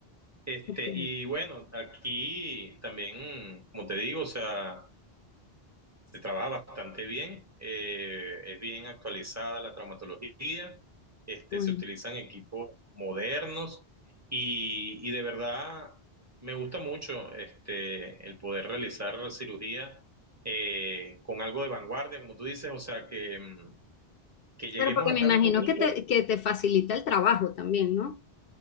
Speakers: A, on the right (about 15°); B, on the left (about 65°).
A: este,
B: ok,
A: y bueno, aquí también, como te digo, o sea, se trabaja bastante bien, eh, es bien actualizada la traumatología, este,
B: qué bueno.
A: se utilizan equipos modernos y, y de verdad me gusta mucho este, el poder realizar cirugía eh, con algo de vanguardia, como tú dices, o sea, que, mm, que lleguemos
B: Pero porque
A: a
B: me
A: estar
B: imagino
A: un poquito
B: que te, que te facilita el trabajo también, ¿no?